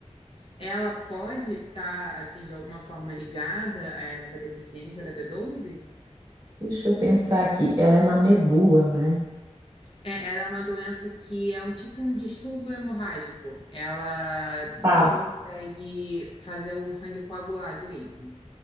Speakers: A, on the left (about 45°); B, on the right (about 30°).
A: ela pode estar assim de alguma forma ligada a essa deficiência da b doze?
B: Deixa eu pensar aqui. Ela é na medula, né?
A: É, ela é uma doença que é um tipo um distúrbio hemorrágico. Ela não
B: Tá.
A: consegue fazer o sangue coagular direito.